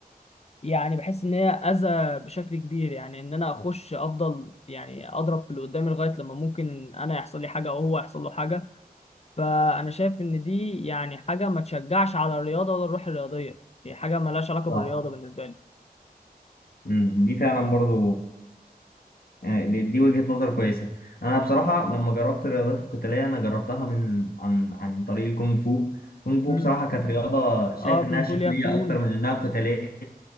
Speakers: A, on the left; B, on the left.
A: يعني بحس ان هي اذى بشكل كبير يعني ان انا اخش افضل يعني اضرب في اللي قدامي لغاية لما ممكن انا يحصل لي حاجة او هو يحصل له حاجة فانا شايف ان دي يعني حاجه ما تشجعش على الرياضه ولا الروح الرياضيه هي حاجه مالهاش علاقه
B: صح
A: بالرياضه بالنسبه لي
B: مم. دي فعلا برضو يعني دي دي وجهة نظر كويسة انا بصراحة لما جربت الرياضات القتالية انا جربتها من عن عن طريق الكونغ فو الكونغ فو
A: امم
B: بصراحة كانت رياضة شايف
A: اه
B: انها
A: كونغ
B: شكلية
A: فو ليها فنون
B: اكتر من انها قتالية